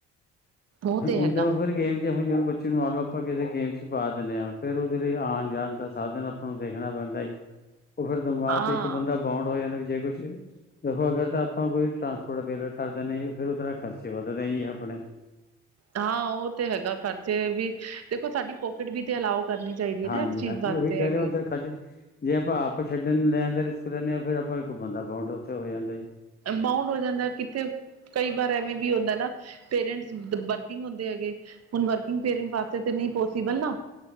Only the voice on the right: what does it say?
ਉਹ ਤੇ ਹੈਗਾ
ਹਾਂ।
ਹਾਂ ਉਹ ਤੇ ਹੈਗਾ ਖਰਚੇ ਵੀ ਦੇਖੋ ਸਾਡੀ ਪੋਕਿਟ ਵੀ ਤੇ ਅਲਾਓ ਕਰਨੀ ਚਾਹੀਦੀ ਹੈ
ਨਾ ਇਸ ਚੀਜ਼ ਵਾਸਤੇ
ਹੈਗੇ
ਬਾਊਂਡ ਹੋ ਜਾਂਦਾ ਕਿੱਥੇ ਕਈ ਵਾਰ ਐਵੇਂ ਵੀ ਹੁੰਦਾ ਨਾ ਪੇਰੈਂਟਸ ਵਰਕਿੰਗ ਹੁੰਦੇ ਹੈਗੇ ਹੁਣ ਵਰਕਿੰਗ ਪੇਰਟ ਵਾਸਤੇ ਨਹੀਂ ਪੋਸੀਬਲ ਨਾ।